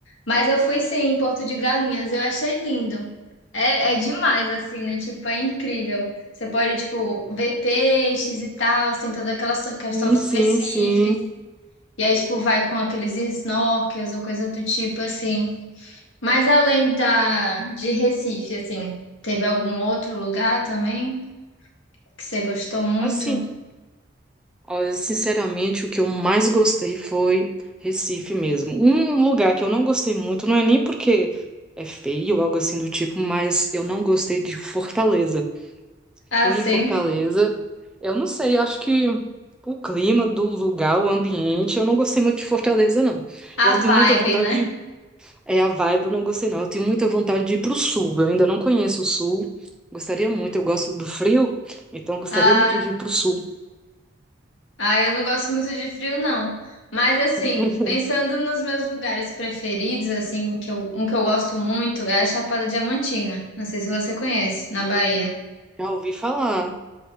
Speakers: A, on the left; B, in the centre.
A: Mas eu fui sim em Porto de Galinhas, eu achei lindo. É, é demais, assim, né? Tipo, é incrível. Você pode, tipo, ver peixes e tal, tem toda aquela so- questão
B: Sim,
A: dos
B: sim,
A: recifes.
B: sim.
A: E aí, tipo, vai com aqueles snorkels ou coisa do tipo, assim. Mas além da, de Recife, assim, teve algum outro lugar também que você gostou muito?
B: Assim, olha, sinceramente, o que eu mais gostei foi Recife mesmo. Um lugar que eu não gostei muito, não é nem porque é feio ou algo assim do tipo, mas eu não gostei de Fortaleza.
A: Ah,
B: Fui
A: sim.
B: em Fortaleza. Eu não sei, acho que o clima do lugar, o ambiente, eu não gostei muito de Fortaleza, não.
A: A
B: Eu tenho
A: vibe,
B: muita vontade
A: né?
B: de. É a vibe, eu não gostei, não. Eu tenho muita vontade de ir pro sul. Eu ainda não conheço o sul. Gostaria muito, eu gosto do frio, então gostaria
A: Ah.
B: muito de ir pro sul.
A: Ah, eu não gosto muito de frio, não. Mas assim,
B: <laughs>
A: pensando nos meus lugares preferidos, assim, que eu- um que eu gosto muito é a Chapada Diamantina. Não sei se você conhece, na Bahia.
B: Já ouvi falar.